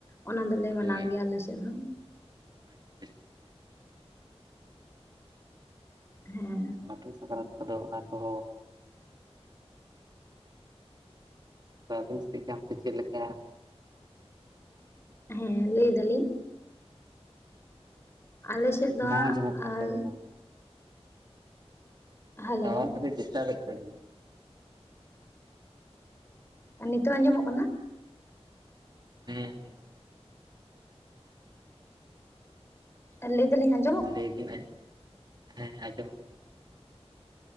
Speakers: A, on the left (about 25°); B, on the right (about 40°).
A: ᱚᱱᱟ ᱫᱚᱞᱮ ᱢᱟᱱᱟᱣ
B: ᱦᱳᱭ
A: ᱜᱮᱭᱟ ᱟᱞᱮ ᱥᱮᱫ ᱦᱚᱸ
B: ᱟᱪᱪᱷᱟ ᱟᱪᱪᱷᱟ ᱦᱮᱸ᱾
A: ᱦᱮᱸ
B: ᱞᱟᱹᱴᱩ ᱥᱟᱠᱨᱟᱛ ᱠᱚᱫᱚ ᱚᱱᱟ ᱠᱚᱦᱚᱸ ᱟᱹᱵᱤᱱ ᱥᱮᱛ ᱜᱮ ᱚᱱᱠᱟ ᱪᱮᱫ ᱞᱮᱠᱟ?
A: ᱦᱮᱸ ᱞᱟᱹᱭ ᱮᱫᱟᱞᱤᱧ᱾ ᱟᱞᱮᱥᱮᱫ ᱫᱚ,
B: ᱵᱟᱝ
A: ᱦᱟᱸᱜ
B: ᱟᱸᱡᱚᱢᱚᱜ ᱠᱟᱱ
A: ᱟᱨ
B: ᱛᱟᱵᱤᱱᱟ
A: ᱦᱮᱞᱳ
B: ᱴᱟᱣᱟᱨ ᱠᱟᱹᱴᱤᱡ ᱰᱤᱥᱴᱟᱵᱮᱜ ᱛᱟᱵᱤᱱᱟ᱾
A: ᱟᱨ ᱱᱤᱛᱚᱜ ᱟᱸᱡᱚᱢᱚᱜ ᱠᱟᱱᱟ᱾
B: ᱦᱮᱸ ᱟᱸᱡᱚᱢᱚᱜ ᱠᱟᱱᱟ᱾
A: ᱟᱨ ᱞᱟᱹᱭ ᱫᱟᱞᱤᱧ ᱟᱸᱡ
B: ᱞᱟᱹᱭ ᱵᱤᱱ ᱦᱮᱸ ᱟᱸᱡᱚᱢ <inaudible>